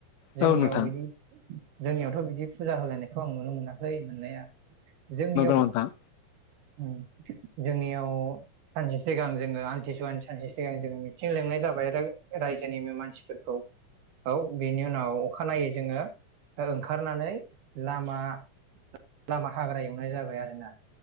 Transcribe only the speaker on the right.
जोंनियाव
बिदि जोंनियावथ बिदि फुजा होलायनाय खौ आं नुनो मोनाखै मोननाया। जोंनियाव
उम जोंनियाव सानसे सिगां जोङो आमथिसुवानि सानसे सिगां जोङो मिथिं लिंनाय जाबाय राय-रायजोनिनो मानसिफोरखौ। औ बेनि उनाव अखानायै जोङो ओ ओंखारनानै लामा लामा हाग्रा एवनाय जाबाय आरो ना।